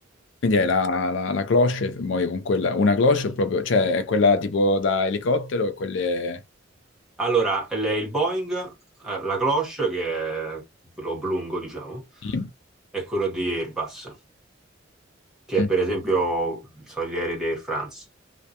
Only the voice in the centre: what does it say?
Allora, il il Boeing, eh, la cloche, che è quello oblungo, diciamo,
è quello di Airbus, che
è per esempio so, gli aerei di Air France.